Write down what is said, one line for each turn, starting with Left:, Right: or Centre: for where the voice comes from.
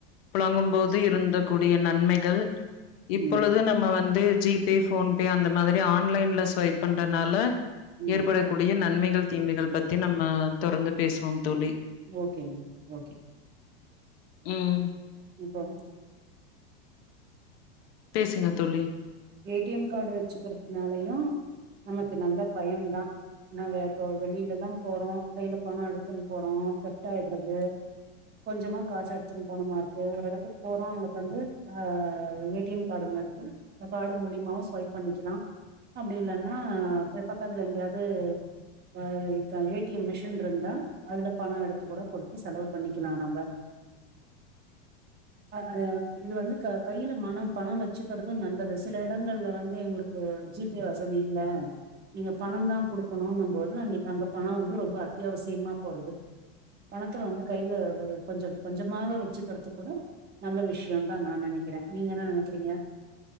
Left: புழங்கும் போது இருந்த கூடிய நன்மைகள் இப்பொழுது
Right: ம்
Left: நம்ம வந்து ஜி பே ஃபோன் பே அந்த மாதிரி ஆன்லைன்ல ஸ்வைப் பண்றதுனால
Right: ம்
Left: ஏற்படக்கூடிய நன்மைகள் தீமைகள் பத்தி நம்ம தொடர்ந்து பேசுவோம் தோழி
Right: ஓகே மா ஓகே
Left: ம்
Right: இப்ப வ
Left: பேசுங்க தோழி
Right: ஏ டி எம் கார்டு வச்சுக்கிறதுனாலயு நமக்கு நல்ல பயன் தா நாம இப்போ வெளியில எல்லா போறோ கையில பணோ இருக்குன்னு போறோ தெஃப்ட் ஆயிட்றது கொஞ்சமா காசு எடுத்துன்னு போணுமா இருக்கு ஒரு எடத்துக்கு போறோ அங்க வந்து ஆ ஏ டி எம் கடன் எடுத்து த காடு மூலியமாவு ஸ்வைப் பண்ணிக்கலா அப்டி இல்லன்னா இப்ப பக்கத்துல எங்கேயாது பா க ஏ டி எம் மிஷின் இருந்தா அதுல பண எடுத்து கூட குடுத்து செலவு பண்ணிக்கலா நம்ப ஆ இது வந்து க கையில மனம் பணம் வெச்சுக்கறது நல்லது சில இடங்கள்ல வந்து எங்களுக்கு ஜி பே வசதி இல்ல நீங்க பணந்தா குடுக்கணுன்னு போது அன்னிக்கி அங்க பணம் வந்து ரொம்ப அத்தியாவசியமா போறது பணத்த வந்து கையில வ கொஞ்ச கொஞ்சமாக வெச்சுக்கறது கூட நல்ல விஷயந்தா நா நினைக்கிற நீங்க என்ன நெனைக்கிறீங்க